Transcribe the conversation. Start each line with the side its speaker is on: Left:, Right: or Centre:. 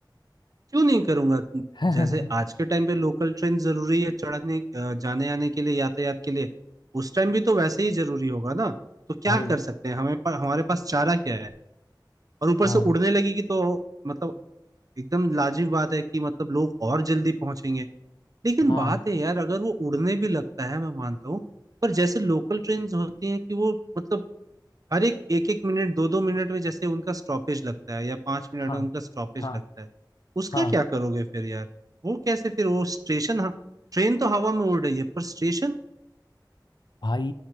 Right: क्यों नहीं करूंगा
Left: <laughs>
Right: जैसे आज के टाइम पे लोकल ट्रेन जरूरी है चढ़ने अ, जाने आने के लिए यातायात के लिए उस टाइम भी तो वैसे ही जरूरी होगा ना तो क्या
Left: भाई
Right: कर सकते हैं हमें पर, हमारे पास चारा क्या है और ऊपर
Left: हाँ
Right: से उड़ने लगेगी तो मतलब एकदम लाजिब बात है कि मतलब लोग और जल्दी पहुंचेंगे लेकिन
Left: हाँ
Right: बात है यार अगर वो उड़ने भी लगता है मैं मानता हूँ पर जैसे लोकल ट्रेन होती हैं कि वो मतलब हर एक एक एक मिनट दो दो मिनट में जैसे उनका स्टॉपेज लगता है या पांच मिनट
Left: हाँ
Right: में उनका स्टॉपेज
Left: हाँ
Right: लगता है उसका
Left: हाँ
Right: क्या करोगे फिर यार वो कैसे फिर वो स्टेशन हाँ ट्रेन तो हवा में उड़ रही है पर स्टेशन
Left: भाई